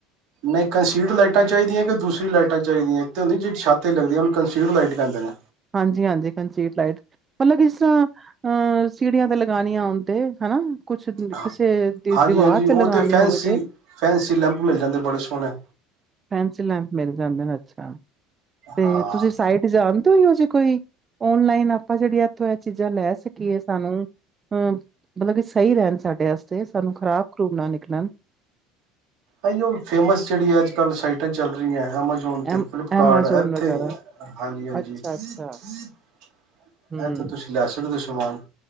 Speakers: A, on the right (about 55°); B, on the right (about 20°).
A: ਨਹੀਂ ਕੰਸੀਡ ਲਾਈਟਾਂ ਚਾਹੀਦੀਆਂ ਕਿ ਦੂਸਰੀ ਲਾਈਟਾਂ ਚਾਹੀਦੀਆਂ ਇੱਕ ਹੁੰਦੀ ਜਿਹੜੀ ਛਤ ਲੱਗਦੀ ਉਹ ਲਾਈਟ ਕਹਿੰਦੇ ਨੇ
B: ਹਾਂਜੀ ਹਾਂਜੀ ਕੰਨਸਰੀਟ ਲਾਈਟ ਮਤਲਬ ਕਿਸ ਤਰ੍ਹਾਂ ਅਹ ਸੀੜੀਆਂ ਤੇ ਲਗਾਉਣੀਆਂ ਆਉਣ ਤੇ ਹਨਾ ਕੁਛ
A: ਹਾਂ
B: ਕਿਸੇ ਦੀ
A: ਹਾਂਜੀ
B: ਦੀਵਾਰ
A: ਹਾਂਜੀ ਉਹ
B: ਤੇ ਲਗਾਨੀ
A: ਤਾਂ ਫੈਂਨਸੀ
B: ਹੋਵੇ ਤੇ
A: ਫੈਂਨਸੀ ਲੈਂਪ ਮਿਲ ਜਾਂਦੇ ਬੜੇ ਸੋਹਣੇ
B: ਫੈਂਨਸੀ ਲੈਂਪ ਮਿਲ ਜਾਂਦੇ ਨੇ ਅੱਛਾ ਤੇ
A: ਹਾਂ
B: ਤੁਸੀਂ ਸਾਈਟ ਜਾਣ ਹੀ ਜੇ ਕੋਈ ਓਨਲਾਈਨ ਆਪਾਂ ਜਿਹੜੀ ਇਥੋਂ ਇਹ ਚੀਜ਼ਾਂ ਲੈ ਸਕੀਏ ਸਾਨੂੰ ਅਹ ਮਤਲਬ ਕਿ ਸਹੀ ਰਹਿਣ ਸਾਡੇ ਵਾਸਤੇ ਸਾਨੂੰ ਖ਼ਰਾਬ ਖਰੂਬ ਨਾ ਨਿਕਲਣ
A: ਅਹਿਓ ਉਹ ਫੇਮਸ ਜਿਹੜੀ ਹੈ ਅੱਜ ਕੱਲ ਸਾਈਟਾਂ ਚੱਲ ਰਹੀਆਂ ਹੈ ਐਮਾਜ਼ੋਨ ਤੇ
B: ਐਮ
A: ਫਲਿੱਪਕਾਰਟ
B: ਐਮਾਜ਼ੋਨ
A: ਇੱਥੇ
B: ਵਗੈਰਾ
A: ਹਾਂਜੀ ਹਾਂਜੀ
B: ਅੱਛਾ-ਅੱਛਾ
A: ਇਹਥੌ
B: ਹੂੰ
A: ਤੁਸੀਂ ਲੈ ਸਕਦੇ ਹੋ ਸਮਾਨ